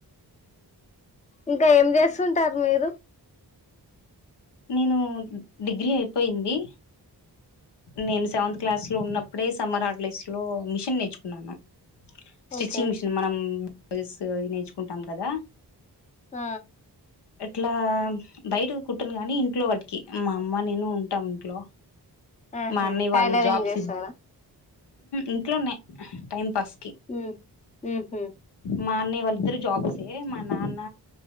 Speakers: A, on the left; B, on the left.
A: ఇంక ఏం చేస్తుంటారు మీరు
B: నేనూ డిగ్రీ అయిపోయింది. నేను సెవెంత్ క్లాస్ లో ఉన్నప్పుడే సమ్మర్ హాలిడేస్ లో మిషన్ నేర్చుకున్నాను. స్టిచింగ్
A: ఓకే
B: మిషన్ మనం బ్లౌజెస్ అవి నేర్చుకుంటాం కద
A: హ
B: ఎట్లా బయటికి కు ట్టను గాని ఇంట్లో వాటికి మా అమ్మ నేను ఉంటాం ఇంట్లో
A: ఆహా
B: మా అన్నయ్య
A: టైలరింగ్
B: వాళ్ళు జాబ్స్
A: చేస్తారా
B: హు ఇంట్లోనే టైంపాస్
A: ఉ ఉహు
B: మా అన్నయ్య వాళ్ళిద్దరు జాబ్సే మా నాన్న